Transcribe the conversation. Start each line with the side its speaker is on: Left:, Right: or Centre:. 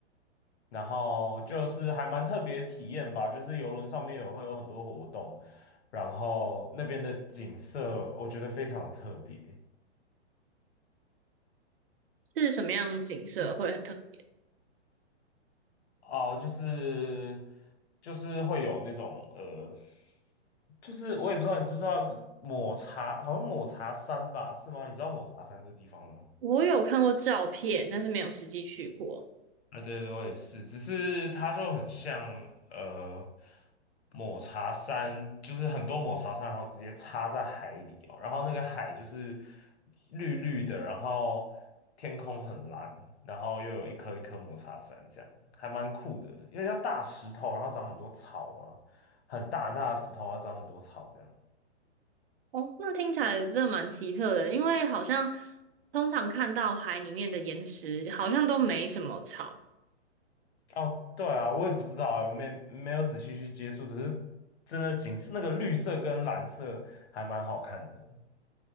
Left: 然后就是还蛮特别的体验吧，就是游轮上面有会有很多活动，然后那边的景色我觉得非常的特别
Right: 是什么样的景色会很特别？
Left: 哦，就是就是会有那种呃，就是我也不知道你知不知道抹茶，好像抹茶山吧，是吗？你知道抹茶山这个地方吗？
Right: 我有看过照片，但是没有实际去过。
Left: 啊，对对，我也是，只是它就很像呃抹茶山，就是很多抹茶山，然后直接插在海里哦，然后那个海就是绿绿的，然后天空很蓝，然后又有一颗一颗抹茶山，这样还蛮酷的，因为像大石头，然后长很多草嘛，很大很大的石头，然后长很多草这样。
Right: 哦，那听起来真的蛮奇特的，因为好像通常看到海里面的岩石好像都没什么草。
Left: 哦，对啊，我也不知道啊，我没没有仔细去接触，只是真的景色那个绿色跟蓝色还蛮好看的。